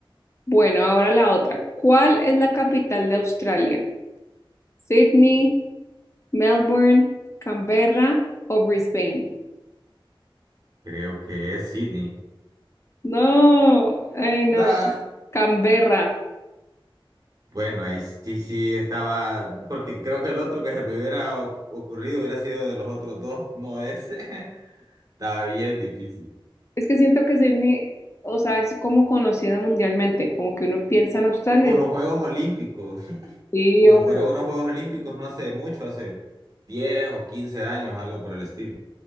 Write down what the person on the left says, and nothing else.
Bueno, ahora la otra. ¿Cuál es la capital de Australia? ¿Sydney, Melbourne, Canberra o Brisbane?
No, ay no,
Canberra.
Es que siento que Sydney, o sea, es como conocida mundialmente, como que uno piensa en Australia
y dice,
"Ah,
sí,
obvio.